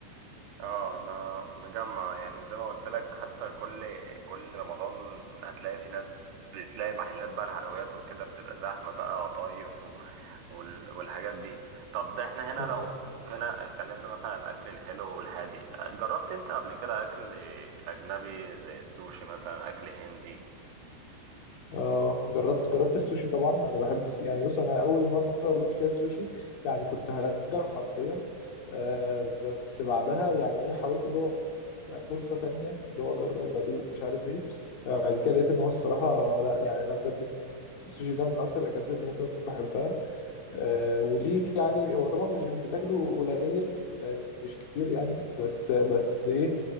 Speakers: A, on the right; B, on the left.
A: اه انا مجمع يعني زي ما قلت لك حتى كل كل رمضان هتلاقي في ناس بتلاقي محلات بقى الحلويات وكده بتبقى زحمة بقى وطايف و... وال... والحاجات دي طب ده احنا هنا
B: آه.
A: لو كنا اتكلمنا مثلا عن الاكل الحلو والهادي جربت انت قبل كده اكل اجنبي زي السوشي مثلا اكل هندي
B: اه جربت جربت السوشي طبعا انا بحب الس- يعني بص انا اول مره دقت فيها السوشي يعني كنت هرجع حرفيا آه بس بعدها يعني ايه حاولت اللي هو فرصه تانية اللي هو اجرب ادوق مش عارف ايه آه، بعد كده لقيت ان هو الصراحه لا يعني انا بجد السوشي ده من اكتر الاكلات اللي ممكن أكون بحبها آه، وليه يعني هو طبعا مش بتاكله قليل لان مش كتير يعني بس بس ايه